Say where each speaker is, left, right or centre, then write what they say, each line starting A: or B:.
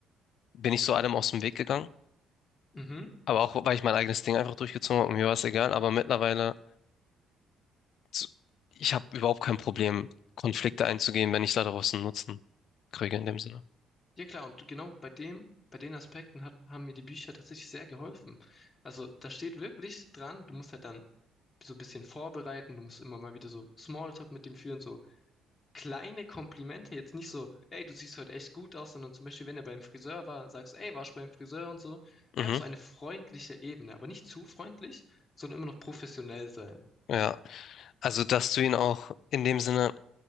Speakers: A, on the left; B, on the left.
A: bin ich so allem aus dem Weg gegangen.
B: Mhm.
A: Aber auch, weil ich mein eigenes Ding einfach durchgezogen habe und mir war es egal. Aber mittlerweile, so- ich habe überhaupt kein Problem, Konflikte einzugehen, wenn ich da draußen Nutzen kriege in dem Sinne.
B: Ja klar, und genau bei dem, bei den Aspekten hat, haben mir die Bücher tatsächlich sehr geholfen. Also da steht wirklich dran, du musst halt dann so ein bisschen vorbereiten, du musst immer mal wieder so Smalltalk mit dem führen, so kleine Komplimente, jetzt nicht so, ey, du siehst heute echt gut aus, sondern zum Beispiel, wenn er beim Friseur war, sagst, du, ey, warst du beim Friseur und so. Einfach
A: Mhm.
B: so eine freundliche Ebene, aber nicht zu freundlich, sondern immer noch professionell sein.
A: Ja. Also, dass du ihn auch in dem Sinne.